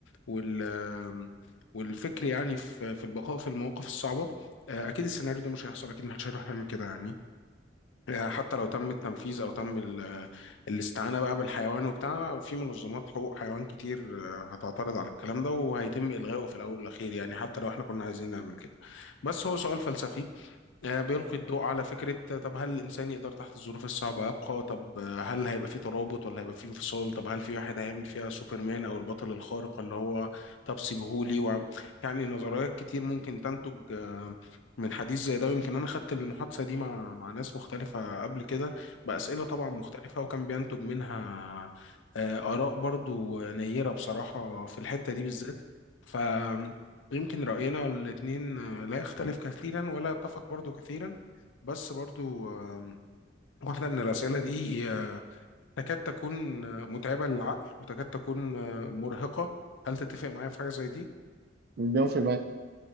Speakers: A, on the left; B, on the right.
A: وال آه، والفكر يعني في في البقاء في المواقف الصعبة آه، أكيد السيناريو ده مش هيحصل أكيد محدش هيروح يعمل كده يعني يعني حتى لو تم التنفيذ او تم ال- الاستعانه بقى بالحيوان وبتاع في منظمات حقوق حيوان كتير آه، هتعترض على الكلام ده وهيتم الغائه في الاول والاخير يعني حتى لو احنا كنا عايزين نعمل كده بس هو سؤال فلسفي آه، بيلقي الضوء على فكرة آه، طب هل الإنسان يقدر تحت الظروف الصعبة يبقى طب آه، هل هيبقى في ترابط ولا هيبقى في انفصال طب هل في واحد هيعمل فيها سوبرمان أو البطل الخارق اللي هو طب سيبهولي وعم... يعني نظريات كتير ممكن تنتج آه، من حديث زي ده ويمكن أنا خدت المحادثة دي مع مع ناس مختلفة قبل كده بأسئلة طبعا مختلفة وكان بينتج منها آه، آراء برضو نيرة بصراحة في الحتة دي بالذات ف يمكن رأينا الاتنين آه، لا يختلف كثيرا ولا يتفق برضو كثيرا بس برضو آم، واحدة من الأسئلة دي آه، تكاد تكون آه، متعبة للعقل وتكاد تكون آه، مرهقة هل تتفق معايا في حاجة زي دي؟
B: مليون في المية